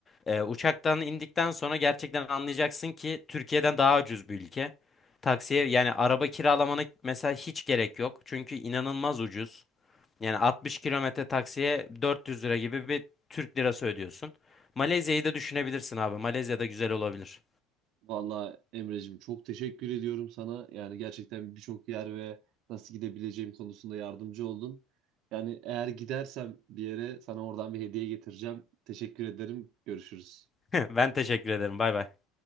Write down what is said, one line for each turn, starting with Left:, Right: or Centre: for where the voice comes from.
Left: eee, uçaktan indikten sonra gerçekten anlayacaksın ki Türkiye'den daha ucuz bir ülke. Taksiye yani araba kiralamana mesela hiç gerek yok. Çünkü inanılmaz ucuz. Yani 60 kilometre taksiye 400 lira gibi bir Türk lirası ödüyorsun. Malezya'yı da düşünebilirsin abi. Malezya da güzel olabilir.
Right: Valla Emre'cim çok teşekkür ediyorum sana. Yani gerçekten birçok yer ve nasıl gidebileceğim konusunda yardımcı oldun. Yani eğer gidersem bir yere sana oradan bir hediye getireceğim. Teşekkür ederim. Görüşürüz.
Left: <laughs> Ben teşekkür ederim. Bay bay.